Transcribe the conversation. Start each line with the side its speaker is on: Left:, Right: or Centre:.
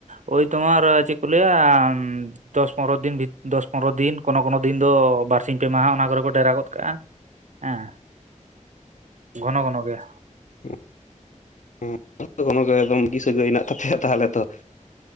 Right: ᱳᱭ ᱛᱳᱢᱟᱨ ᱪᱮᱜ ᱠᱚ ᱞᱟᱹᱭᱟ? ᱫᱚᱥ ᱯᱚᱱᱨᱚ ᱫᱤᱱ ᱫᱚᱥ ᱯᱚᱱᱨᱚ ᱫᱤᱱ ᱠᱳᱱᱳ ᱠᱚᱱᱱᱳ ᱫᱤᱱ ᱫᱚ ᱵᱟᱨᱥᱤᱧ ᱯᱮ ᱢᱟᱦᱟ ᱚᱱᱟ ᱠᱚᱨᱮ ᱠᱚ ᱰᱮᱨᱟ ᱜᱚᱜ ᱠᱟᱜᱼᱟ ᱾ ᱦᱮᱸ ᱜᱷᱚᱱᱚ ᱜᱷᱚᱱᱚ ᱜᱮ ᱾
Left: <unintelligible> ᱥᱟᱹᱜᱟᱹᱭ ᱦᱮᱱᱟᱜ ᱛᱟᱯᱮᱟ ᱛᱟᱦᱚᱞᱮ ᱛᱚ ᱾